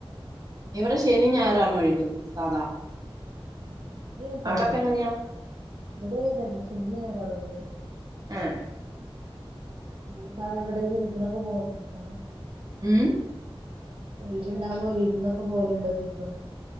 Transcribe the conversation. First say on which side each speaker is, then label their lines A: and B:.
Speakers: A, on the right; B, on the right.
A: ഇവിടെ ശനിം ഞായറാണൊഴിവ് സാധാ
B: ആഹ് ഇവിടേം അതന്നെ
A: അവിടൊക്കെ എങ്ങനെയാ
B: ഇബടേംതന്നെ ശനിം ഞായറാണ് ഒഴിവ്
A: ആഹ്
B: <unintelligible>
A: മ്
B: ഒഴിവ് ണ്ടാവുമ്പോ വിര്ന്നൊക്കെ പോവൽണ്ടോ ചോയിക്കാ?